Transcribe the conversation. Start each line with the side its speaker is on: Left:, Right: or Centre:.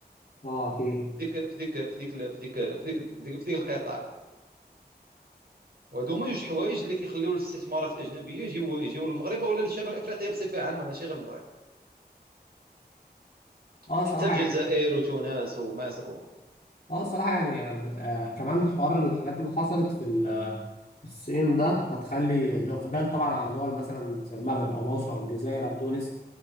Left: اه اكيد
Right: ديك في ديك في ديك في ديك في ديك في ديك, في ديك القطاع وهادو هما جوج حوايج اللي كيخليو الاستثمارات الاجنبيه يجيو يجيو للمغرب ولا لشمال افريقيا بصفه عامه ماشي غير المغرب
Left: اه
Right: حتى
Left: صراحه
Right: الجزائر
Left: يعني
Right: وتونس ومصر و-
Left: اه صراحه يعني آه كمان حوار الحاجات اللي حصلت في ال الصين ده هتخلي الإقبال طبعا على دول مثلا زي المغرب أو مصر أو الجزائر أو تونس